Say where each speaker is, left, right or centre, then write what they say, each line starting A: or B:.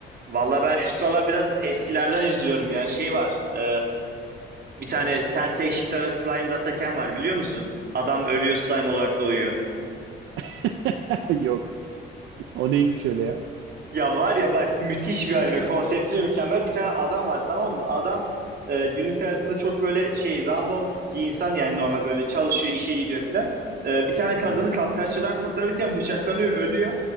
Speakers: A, on the right (about 55°); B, on the right (about 85°).
A: vallahi ben şu sıralar biraz eskilerden izliyorum ya. Şey var e, bir tane Tensei Shitara Slime Dataken var biliyor musun? Adam ölüyor slime olarak doğuyor.
B: <laughs> Yok. O neymiş öyle ya?
A: Ya var ya bak müthiş bir anime. Konsepti de mükemmel. Bir tane adam var tamam mı? Adam e, günlük hayatında çok böyle şey random bir insan yani normal böyle çalışıyor, işe gidiyor filan. E, bir tane kadını
B: Aha.
A: kapkaççıdan kurtarırken bıçaklanıyor, ölüyor.